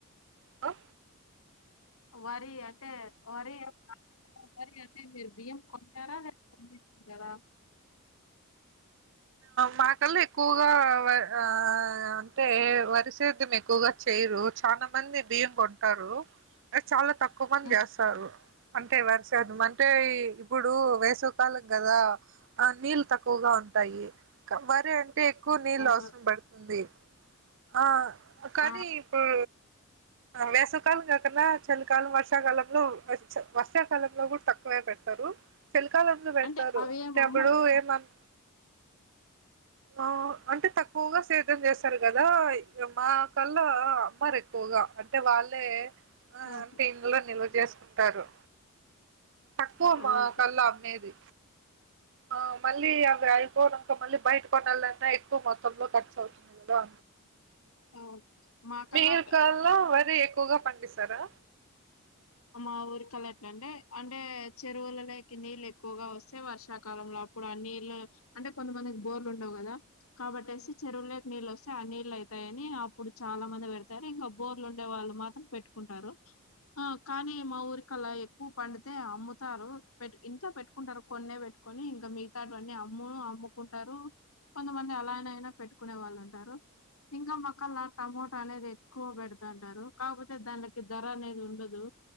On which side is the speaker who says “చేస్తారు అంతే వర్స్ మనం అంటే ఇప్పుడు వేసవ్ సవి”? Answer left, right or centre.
Right